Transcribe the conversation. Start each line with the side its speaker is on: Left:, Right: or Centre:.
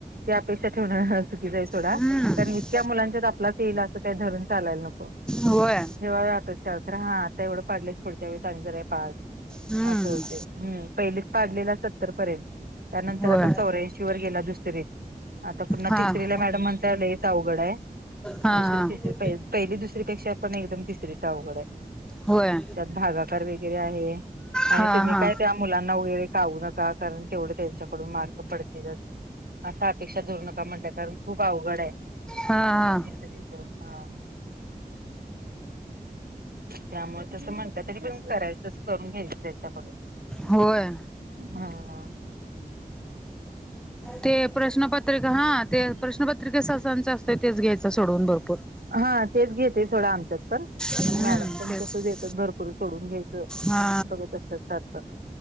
Right: ती अपेक्षा ठेवणार तीज ही सोडा
Centre: हम्म
Right: कारण इतक्या मुलांच्यात आपलाच येईल असं काही धरून चालायला नको.
Centre: होय
Right: जेव्हा <unintelligible> आता एवढं पडलेस पुढच्या वेळेस आणि जरा हे पाड
Centre: हम्म
Right: असं होते पहिलेच पाडलेलं सत तर पर्यंत त्यानंतर
Centre: होय
Right: आता चौऱ्यांशी वर गेला दुसरीत. आता पुन्हा
Centre: हा.
Right: तिसरीला मॅडम म्हणताय लेईच अवघड आहे
Centre: हा
Right: दुसरी,
Centre: हा
Right: तिसरी, पहिली, दुसरीपेक्षा पण एकदम तिसरीचा अवघड आहे.
Centre: होय
Right: त्यात भागाकार वगैरे आहे आणि
Centre: हा
Right: तुम्ही
Centre: हा
Right: काय त्या मुलांना वगैरे काउनच का कारण तेवढं त्यांच्याकडून मार्क पडतीलचं असा अपेक्षा धरू नका म्हणजे कारण खूप अवघड आहे
Centre: हा हा
Right: तिसरीचा हा. त्यामुळे तसं म्हणतं तरी पण करायचं तसं करून घ्यायचं त्याच्याकडून.
Centre: होय.
Right: हां.
Centre: ते प्रश्नपत्रिका हा ते प्रश्नपत्रिका सासांच असतं तेच घ्यायचं सोडवून बरो
Right: हा तेच घेतात थोडं आमच्यात पण
Centre: हम्म
Right: आणि मॅडम पण
Centre: तेच
Right: कसं देतात भरपूर सोडून घ्यायचं
Centre: हा
Right: बघत असतात सारखं.